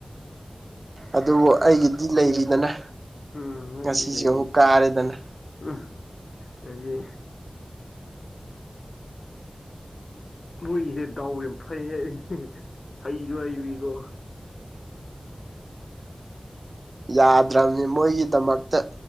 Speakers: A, on the right (about 55°); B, on the left (about 75°).
A: ꯑꯗꯨꯕꯨ ꯑꯩꯒꯤꯗꯤ ꯂꯩꯔꯤꯗꯅ
B: ꯎꯝ ꯃꯣꯏꯗꯤ
A: ꯉꯁꯤꯁꯨ
B: ꯂꯩꯔꯤ
A: ꯑꯃꯨꯛ ꯀꯥꯔꯦꯗꯅ
B: ꯎꯝ ꯎꯖꯤ ꯃꯣꯏꯒꯤꯁꯦ ꯗꯥꯎꯕ ꯌꯥꯝ ꯐꯩꯌꯦ ꯑꯩꯁ ꯍꯩꯁꯨ ꯍꯩꯕꯤꯒꯣ
A: ꯌꯥꯗ꯭ꯔꯕꯅꯤ ꯃꯣꯏꯒꯤꯗꯃꯛꯇ